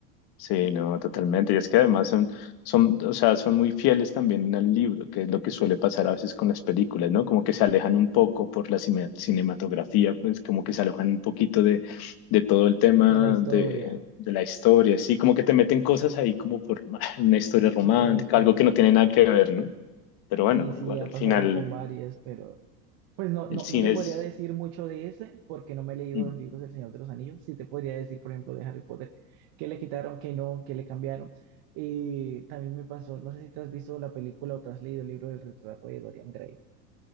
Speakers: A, on the left; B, on the right.
A: Sí, no, totalmente. Y es que además son, son, o sea, son muy fieles también al libro, que es lo que suele pasar a veces con las películas, ¿no? Como que se alejan un poco por la cine- cinematografía, pues como que se alejan un poquito de, de todo el tema
B: De la historia.
A: de, de la historia, sí, como que te meten cosas ahí como por <laughs> una historia romántica,
B: Sí, es cierto.
A: algo que no tiene nada que ver, ¿no? Pero
B: Sí,
A: bueno,
B: sí,
A: igual
B: ha
A: al
B: pasado
A: final
B: con varias, pero pues no,
A: el
B: no,
A: cine
B: no te podría
A: es...
B: decir mucho de ese, porque no me he leído
A: mm,
B: los libros del Señor de los Anillos. Sí te podría decir, por ejemplo, de Harry Potter, que le quitaron, que no, que le cambiaron. Y también me pasó, no sé si te has visto la película o te has leído el libro del retrato de Dorian Gray.